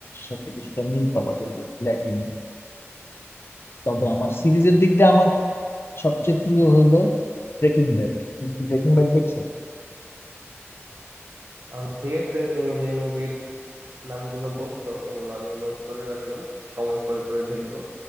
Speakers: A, on the left; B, on the right.
A: সাথে কিছুটা মিল পাবা যদি ল্যাটিন তবে আমার সিরিজের দিক দিয়ে আমার সবচেয়ে প্রিয় হইলো ব্রেকিং ব্যাড ব্রেকিং ব্যাড দেখছো
B: আম ঠিক আছে তুমি যে মুভির নামগুলো বলছো ওগুলো আমি নোট করে রাখলাম সময় করে করে দেখবো